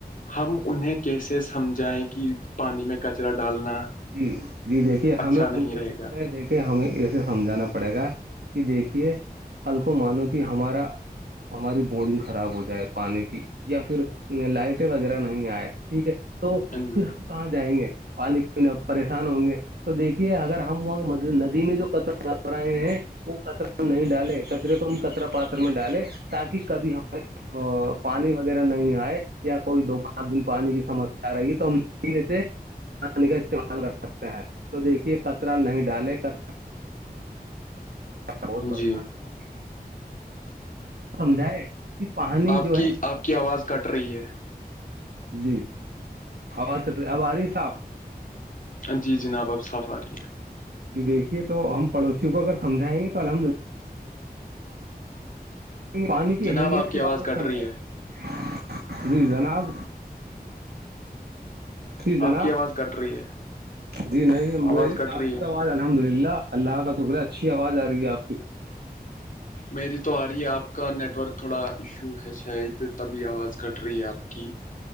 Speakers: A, on the left; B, on the right.
A: ہم انہیں کیسے سمجھائیں کہ پانی میں کچرا ڈالنا
B: جی جی دیکھیے
A: اچھا
B: ہمیں
A: نہیں
B: انہیں
A: رہے گا
B: انہیں دیکھے ہمیں اسے سمجھانا پڑے گا کہ دیکھیے کل کو مانو کہ ہمارا ہماری بورنگ خراب ہو جائے پانی کی یا پھر لائٹیں وغیرہ نہیں آئے ٹھیک ہے تو
A: جی
B: پھر ہم کہاں جائیں گے پانی پریشان ہوں گے تو دیکھیے اگر ہم وہ ندی میں جو کچرا ڈال رہے ہیں وہ کچرا نہیں ڈالے کچرے کو ہم کچرا پاتر میں ڈالے تاکہ کبھی ہمارے پانی وغیرہ نہیں آئے یا کوئی دو پانچ دن پانی کی سمسیا رہی تو ہم میں سے پانی کا استعمال کر سکتے ہیں تو دیکھیے کچرا نہیں ڈالے کر بہت پریشانی
A: جی
B: ہوگی سمجھائے کہ پانی
A: آپ
B: جو
A: کی
B: ہے
A: آپ کی آواز کٹ رہی ہے
B: جی آواز کٹ رہی اب آ رہی صاف
A: جی جناب اب صاف آ رہی ہے
B: جی دیکھیے تو ہم پڑوسیوں کو اگر سمجھائیں گے تو الحمدلہ پانی کی
A: جناب
B: اہمیت
A: آپ کی
B: کے
A: آواز
B: بارے میں
A: کٹ
B: سمجھیں
A: رہی ہے
B: جی جناب جی جناب
A: آپ کی آواز کٹ رہی ہے
B: جی نہیں
A: آواز کٹ
B: آپ
A: رہی
B: کی
A: ہے
B: تو آواز الحمد للہ اللہ کا شکر ہے اچھی آواز آ رہی ہے آپ کی
A: میری تو آ رہی ہے آپ کا نیٹ ورک تھوڑا ایشو ہے شاید تبھی آواز کٹ رہی ہے آپ کی